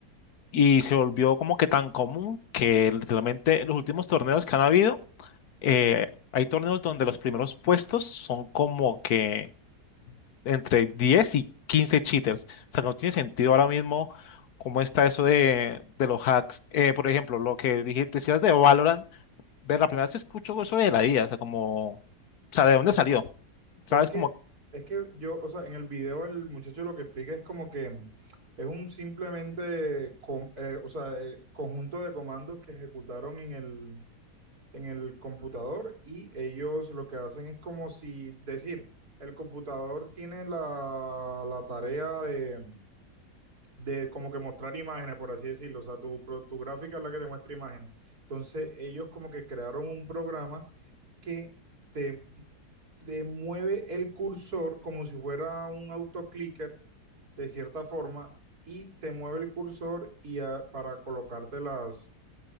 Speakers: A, on the left (about 70°); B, on the right (about 65°).
A: y se volvió como que tan común que literalmente en los últimos torneos que han habido, eh, hay torneos donde los primeros puestos son como que entre 10 y 15 cheaters. O sea, no tiene sentido ahora mismo cómo está eso de, de los hacks. Eh, por ejemplo, lo que dije, decías de Valorant, ver la primera vez que escucho eso de la IA, o sea, como, o sea, ¿de dónde salió? ¿Sabes?
B: Es que,
A: Como
B: es que yo, o sea, en el video el muchacho lo que explica es como que es un simplemente, com- eh, o sea, eh, conjunto de comandos que ejecutaron en el, en el computador y ellos lo que hacen es como si decir, el computador tiene la, la tarea de, de como que mostrar imágenes, por así decirlo, o sea, tu, pro- tu gráfica es la que te muestra imágenes. Entonces ellos como que crearon un programa que... te te mueve el cursor como si fuera un autoclicker, de cierta forma, y te mueve el cursor y a para colocarte las,